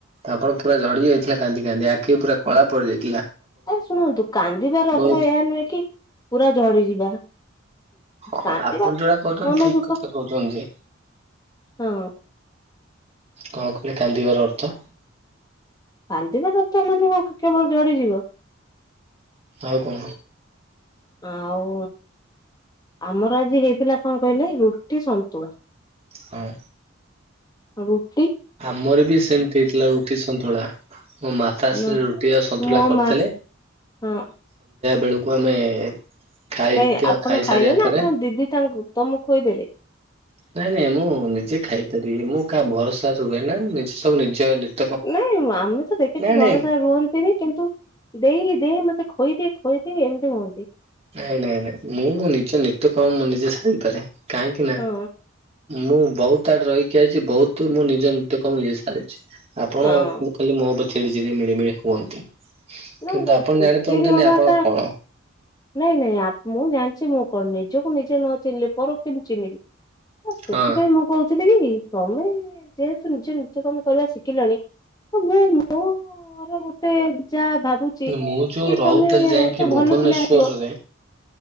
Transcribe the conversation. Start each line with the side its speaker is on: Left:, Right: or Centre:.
Right: ଆପଣ ପୁରା ଝଡି ଯାଇଥିଲା କାନ୍ଦି କାନ୍ଦି ଆଖି ପୁରା କଳା ପଡିଯାଇଛି।
Left: ଆରେ ଶୁଣନ୍ତୁ କାନ୍ଦିବାର
Right: ବହୁତ
Left: ଅର୍ଥ ଏହା ନୁହେଁ କି ପୁରା ଝଡିଯିବା।
Right: ହଁ
Left: କାନ୍ଦିବା
Right: ଆପଣ ଯୋଉଟା କହୁଛନ୍ତି
Left: ମନ
Right: ଠିକ
Left: ଦୁଃଖ
Right: କଥା କହୁଛନ୍ତି।
Left: ହଁ
Right: କଣ କହିଲେ କାନ୍ଦିବାର ଅର୍ଥ।
Left: କାନ୍ଧିବା ରକ୍ତ ମାନେ କେବଳ ଜଝଡିଯିବ।
Right: ଆଉ କଣ
Left: ଆଉ ଆମର ଆଜି ହେଇଥିଲା କଣ କହିଲେ ରୁଟି ସନ୍ତୁଳା।
Right: ହଁ।
Left: ହଉ।
Right: ଆମର ବି ସେମିତି ହେଇଥିଲା ରୁଟି ସନ୍ତୁଳା। ମୋ ମାତାଶ୍ରୀ
Left: ନା
Right: ରୁଟି ଆଉ ସନ୍ତୁଳା
Left: ମୋ
Right: କରିଥିଲେ
Left: ମା ହଁ
Right: ବେଳକୁ ଆମେ ଖାଇଦିଅ
Left: କାଇଁ ଆପଣ
Right: ଖାଇସାରିବା
Left: ଖାଇଲେ ନା
Right: ପରେ
Left: ଆପଣ ଦିଦି ତାଙ୍କୁ ତମକୁ ଖୋଇଦେଲେ?
Right: ନାଇଁ ନାଇଁ ମୁଁ ନିଜେ ଖାଇପାରିବି ମୁଁ ଭରସା <inaudible>
Left: ନାଇଁ ଆମେ ତ ଦେଖିଛୁ
Right: ନାଇଁ
Left: ଭରସା
Right: ନାଇଁ ନାଇଁ
Left: ରୁହନ୍ତିନି କିନ୍ତୁ ଦେଇ ଦେଇ ମତେ ଖୋଇଇଦି ଖୋଇଦିଏ ଏମିତି ହୁଅନ୍ତି।
Right: ନାଇଁ ନାଇଁ ନାଇଁ ମୁଁ ମୋ ନିଜ ନିତ୍ୟ କମ ମଁ ନିଜେ ସାରପାରେ କାହିଁକି ନା
Left: ହଁ
Right: ମୁଁ ବହୁତ ଆଡେ ରହିକି ଆସିଛି ବହୁତ ମୁଁ ନିଜ ନିିତ କଣ ନିଯେ ସାରିଛି। ଆପଣ
Left: ହଁ
Right: କି କାଲି ମୋ ବ <inaudible> ମିଳିମିଳି ହୁଅନ୍ତି।
Left: ନାଇଁ
Right: କିନ୍ତୁ
Left: ନାଇଁ
Right: ଆପଣ
Left: ଚିଡି
Right: ଜାଣିପାରନ୍ତିନି
Left: ଚିଡ଼ି ହବାଟା
Right: ଆପଣ କଣ
Left: ନାଇଁ ନାଇଁ ଆପଣ ମୁଁ ଜାଣିଛି ମୁଁ କଣ ନିଜକୁ ନିଜେ ନ ଚିହ୍ନିଲି ପର କେମିତି ଚିହ୍ନିବି। ସେଥିପାଇଁ
Right: ହଁ
Left: ମୁଁ କହୁଥିଲି କି ତମେ ଯେହେତୁ ନିଜେ ନିିତ କମ କରିବା ଶିଖିଲଣି ତ ମୁଁ <inaudible> ଏତେ ଯା ଭାବୁଛି
Right: ମୁଁ ଯୋଉ
Left: କି
Right: ରହୁଥିଲି
Left: ତମେ ଗୋଟେ
Right: ଯାଇକି
Left: ଭଲ
Right: ଭୁବନେଶ୍ଵରରେ
Left: ପିଲା ହେଇଥିବ